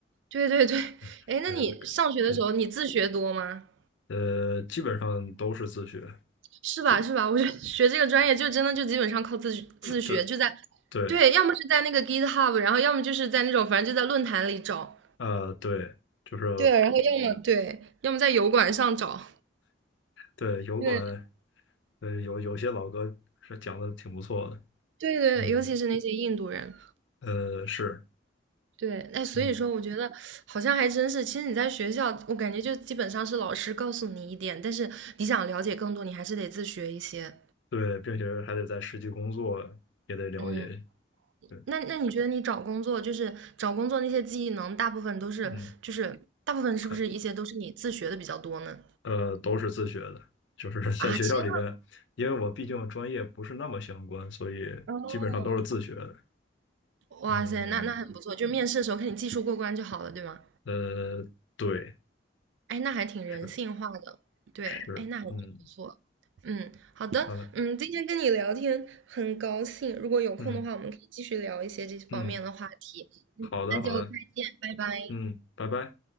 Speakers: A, on the right; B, on the left.
A: 对对对对对对，
B: <laughs>
A: <laughs> 哎，那你上学的时候你自学多吗？
B: 嗯，可以呃，基本上都是自学，
A: 是吧？
B: 基
A: 是吧？我觉得 <laughs> 学这个专业就真的就基本上靠自学自学，
B: 呃对
A: 就在
B: 对
A: 对，要么是在那个 GitHub，然后要么就是在那种反正就在论坛里找，
B: 啊，对，就是
A: 对，然后要么对，要么在油管上找，
B: 对油管，
A: 对
B: 呃有有些老哥是讲的挺不错的，
A: 对对，
B: 嗯
A: 尤其是那些印度人，
B: 呃是
A: 对，哎，所以说我觉得好像还真是，
B: 嗯
A: 其实你在学校，我感觉就基本上是老师告诉你一点，但是你想了解更多，你还是得自学一些，
B: 对，并且还得在实际工作也得了解一下
A: 嗯。
B: 对
A: 那那你觉得你找工作，就是找工作那些技能，大部分都是就是大部分是不是一些都是你自学的比较多呢？
B: 嗯看呃都是自学的，就是 <laughs> 在学校里边，
A: 啊，其实
B: 因为我毕竟专业不是那么相关，所以基本上都是自学的，
A: 哦，哇塞，
B: 嗯
A: 那那很不错，就面试的时候看你技术过关就好了，对吗？
B: 呃对
A: 哎，那还挺人性化的，
B: 是
A: 对，
B: 是嗯
A: 哎，那还挺不错。嗯，好的，
B: 好的。
A: 嗯，今天跟你聊天很高兴，如果有空的话，
B: 嗯
A: 我们可以继续聊一些这方面的话题。
B: 嗯，
A: 嗯，
B: 好的好的，
A: 那就再见，拜拜。
B: 嗯，拜拜。